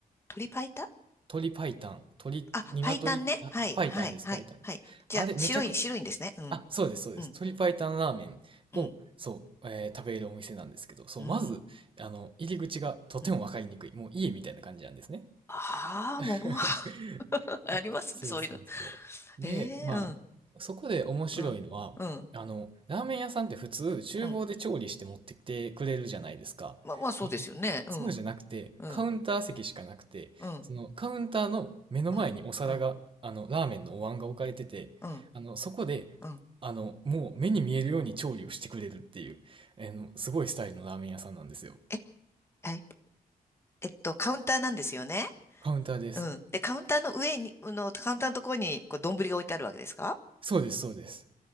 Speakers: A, on the left; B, on the right.
A: 鶏白湯
B: 鶏白湯、鶏、
A: あ、
B: 鶏、
A: 白湯ね。
B: あ、
A: はい、
B: 白湯です、
A: はい、はい、
B: 白湯です。
A: はい。じゃあ、
B: あれ、めちゃく、
A: 白い、白いんですね。うん、
B: あ、そうです、そうです。
A: うん、
B: 鶏白湯ラーメンを、
A: うん、
B: そう、えー食べるお店なんですけど、そう、
A: うん、
B: まず、あの、入り口がとてもわかりにくい。
A: うん。
B: もう家みたいな感じなんですね。
A: ああ、
B: <laughs>
A: もう <laughs> ありますね、
B: そうそうそう。
A: そういうの。ええ、
B: で、まあ、
A: うん、
B: そこで面白いのは、
A: うん、うん、
B: あの、ラーメン屋さんって普通、厨房で調理して持ってきてくれるじゃないですか。
A: うん。まあ、まあ、そうですよね。
B: うんそうじゃなくて、
A: うん、うん、
B: カウンター席しかなくて、
A: うん、
B: そのカウンターの目の前にお皿が、
A: うん、うん、
B: あの、ラーメンのお椀が置かれてて、
A: うん、
B: あの、そこで、
A: うん。
B: あの、もう目に見えるように調理をしてくれるっていう、あの、すごいスタイルのラーメン屋さんなんですよ。
A: え、はい。えっと、カウンターなんですよね。
B: カウンターです。
A: うん。で、カウンターの上に、あの、カウンターのところに、こう、丼が置いてあるわけですか
B: そうです、そうです。